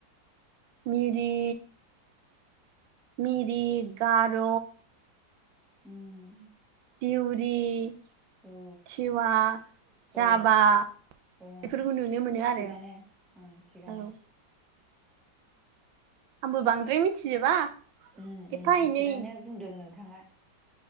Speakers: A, on the right; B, in the centre.
A: मिरि। मिरि, गार'
B: उम।
A: दिउरि,
B: औ
A: थिवा, राभा
B: औ ओं
A: बेफोरखौ नुनो मोनो
B: थिगानो
A: आरो
B: ओं थिगानो।
A: औ आंबो बांद्राय मिथिजोबा।
B: उम उम
A: एफा एनै
B: थिगानो बुंदों नोंथाङा।